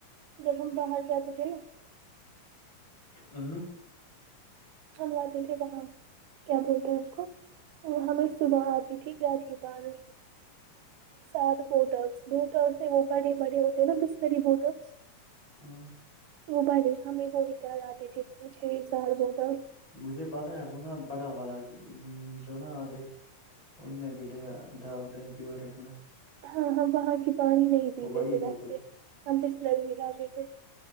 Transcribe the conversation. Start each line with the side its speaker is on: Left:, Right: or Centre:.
Right: جب ہم باہر جاتے تھے نا
Left: ہ
Right: ہم آتے تھے وہاں کیا بولتے ہیں اس کو ہمیں صبح آتی ٹھیک گاڑی اٹھانے سات بوٹلس بٹلس سے وہ بڑے بڑے ہوتے ہیں نا بسلری بووٹلس
Left: ہاں
Right: وہ بھائیے ہمیں وہی کر آتے تھے چھ سار بوٹل
Left: مجھے پتاہ ہے وہ نا بڑا والا جو نا آدے ان میں بھی ڈالتے ہیں پیورٹ میں
Right: ہاں ہم وہاں کی پانی نہیں پیتے
Left: وہ بڑی
Right: تھے
Left: بوتل
Right: ویسے ہم بسلری ہی لاتے تھے